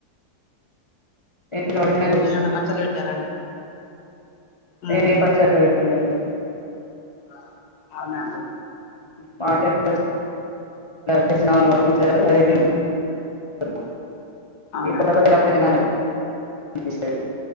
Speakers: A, on the left; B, on the left.
A: నేను వట్టిగనే
B: ఏమైనా పచ్చడి పెట్టారండి
A: నేనే
B: ఉమ్
A: పచ్చడిలు పెట్ పెట్టలేదు
B: ఆ అవునా అండి
A: పాటేసిన తేలిసినవాళ్ళు అ తెచ్చారు అడిగీ
B: ఉమ్
A: పే
B: అవునండి
A: ఎప్పుడది అప్పుడే తినాల ఈ సైడ్